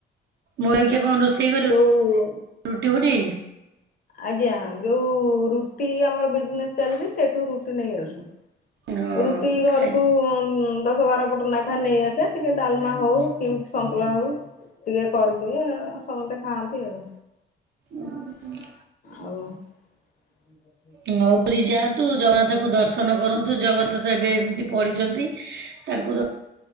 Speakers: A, on the right; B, on the left.
A: ମୁଁ ଏଇଟା କଣ ରୋଷେଇ କରିବ
B: ଯୋଉ
A: ରୁଟି ଫୁଟି?
B: ଆଜ୍ଞା ଯୋଉ ରୁଟି ଆମର ବିଜନେସ୍ ଚାଲିଛି ସେଠୁ ରୁଟି ନେଇ ଆସୁ।
A: ହଁ
B: ରୁଟି ଘରକୁ
A: ଖାଏ।
B: ଦଶ ବାର ପଟ ନାଖା ନେଇ ଆସେ ଟିକେ ଡାଲମା ହଉ କେମିତି ସନ୍ତୁଳା ହଉ ଟିକେ କରିଦିଏ ସମସ୍ତେ ଖାଆନ୍ତି ଆଉ।
A: ଉ ହୁଁ।
B: ଆଉ <inaudible>
A: ହ ମୋ ପରି ଯାଆନ୍ତୁ ଜଗନ୍ନାଥଙ୍କୁ ଦର୍ଶନ କରନ୍ତୁ ଜଗନ୍ନାଥ ଏବେ ଏମିତି ପଢ଼ିଛନ୍ତି ତାଙ୍କୁ ଦ